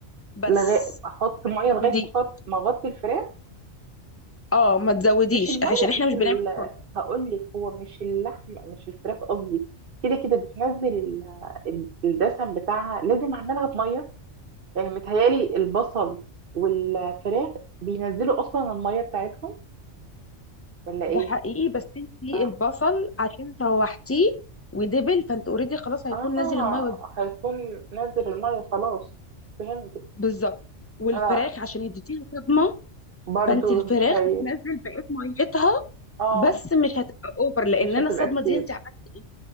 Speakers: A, on the left; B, on the right.
A: بس
B: لغاية احط
A: ما
B: ميه
A: تزوديش
B: لغايه ما احط ما اغطي الفراخ
A: اه ما تزوديش
B: مش الميه
A: عشان احنا
B: مش
A: مش
B: ال...
A: بنعمل شوربه
B: هقول لك هو مش اللحم مش الفراخ قصدي كده كده بتنزل ال... الدسم بتاعها لازم اعملها بميه يعني متهيالي البصل والفراخ بينزلوا اصلا الميه بتاعتهم ولا ايه
A: ده حقيقي بس انتي
B: اه
A: البصل عشان شوحتيه ودبل فانت اوريدي خلاص هيكون
B: اه
A: نازل الميه
B: هيكون نزل الميه خلاص فهمت
A: بالظبط والفراخ
B: انا
A: عشان يديها صدمه
B: برضو
A: فانت الفراخ
B: مش هي
A: هتنزل بقيه ميتها
B: اه
A: بس مش هتبقى اوفر لان
B: مش
A: انا
B: هتبقى
A: الصدمه
B: كتير
A: دي انت عملت ايه